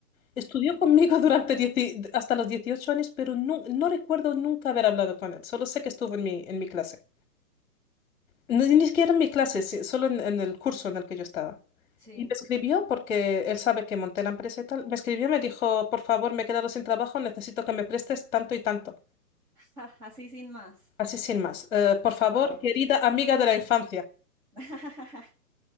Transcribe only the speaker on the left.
Estudió conmigo <laughs> durante dieci- hasta los 18 años, pero nu- no, recuerdo nunca haber hablado con él. Solo sé que estuvo en mi, en mi clase. No, Ni, ni siquiera en mi clase, sí, solo en, en el curso en el que yo estaba.
Y me escribió porque él sabe que monté la empresa y tal. Me escribió y me dijo, por favor, me he quedado sin trabajo, necesito que me prestes tanto y tanto.
Así sin más. Eh, por favor,
querida amiga de la infancia.